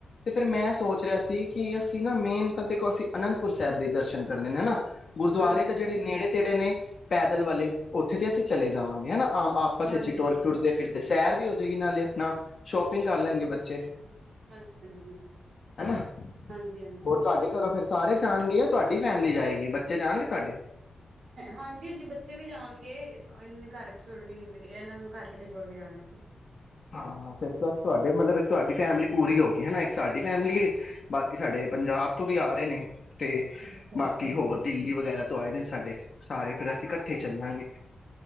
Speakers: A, on the left (about 55°); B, on the right (about 75°).
A: ਤੇ ਫਿਰ ਮੈਂ ਸੋਚ ਰਿਹਾ ਸੀ ਕਿ ਅਸੀਂ ਨਾ ਮੇਨ ਤਾਂ ਦੇਖੋ ਅਸੀਂ ਅਨੰਦਪੁਰ ਸਾਹਿਬ ਦੇ ਦਰਸ਼ਨ ਕਰਨੇ ਨੇ ਹਨਾ ਗੁਰਦੁਆਰੇ
B: ਹਾਂਜੀ,
A: ਤੇ ਜਿਹੜੇ ਨੇੜੇ ਤੇੜੇ ਨੇ ਪੈਦਲ ਵਾਲੇ ਉੱਥੇ ਤੇ ਅਸੀਂ ਚਲੇ ਜਾਵਾਂਗੇ ਹਨਾ ਹਮ ਆਪਸ
B: ਹਾਂਜੀ,
A: ਵਿੱਚ ਹੀ
B: ਹਾਂਜੀ,
A: ਟੁਰਦੇ ਫਿਰਦੇ ਸੈਰ ਵੀ ਹੋ ਜਾਏਗੀ ਨਾਲੇ ਨਾ ਸ਼ੋਪਿੰਗ ਕਰ ਲੈਣਗੇ ਬੱਚੇ
B: ਹਾਂ ਹਾਂਜੀ
A: ਹਨਾ
B: ਹਾਂਜੀ ਹਾਂਜੀ
A: ਹੋਰ ਤੁਹਾਡੇ ਘਰੋਂ ਫਿਰ ਸਾਰੇ ਜਾਣਗੇ ਆ ਤੁਹਾਡੀ ਫੈਮਿਲੀ ਜਾਏਗੀ ਬੱਚੇ ਜਾਣਗੇ ਤੁਹਾਡੇ
B: ਹਾਂਜੀ ਹਾਂਜੀ ਬੱਚੇ ਵੀ ਜਾਣਗੇ ਇਹ ਘਰ ਛੋੜ ਕੇ ਕਿ ਇਹਨਾਂ ਨੂੰ ਘਰ ਕਿਤੇ ਛੋੜ ਕੇ ਜਾਣਾ ਅਸੀਂ
A: ਹਾਂ ਫਿਰ ਤਾਂ ਤੁਹਾਡੇ ਮਤਲਬ ਤੁਹਾਡੀ ਫੈਮਿਲੀ ਪੂਰੀ ਹੋ ਗਈ ਹੈਾ ਇੱਕ ਸਾਡੀ ਫੈਮਿਲੀ ਬਾਕੀ ਸਾਡੇ ਪੰਜਾਬ ਤੋਂ ਵੀ ਆ ਰਹੇ ਨੇ ਤੇ
B: ਅੱਛਾ,
A: ਬਾਕੀ
B: ਅੱਛਾ।
A: ਹੋਰ ਦਿੱਲੀ ਵਗੈਰਾ ਤੋਂ ਆਏ ਦਿਨ ਸਾਡੇ ਸਾਰੇ ਫੇਰ ਅਸੀਂ ਇਕੱਠੇ ਚੱਲਾਂਗੇ।